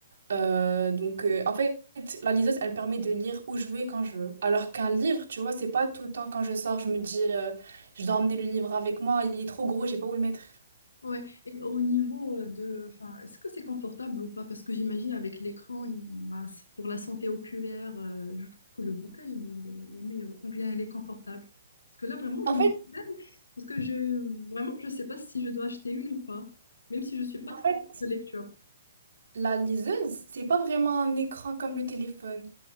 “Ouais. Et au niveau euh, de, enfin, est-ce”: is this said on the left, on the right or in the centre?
Left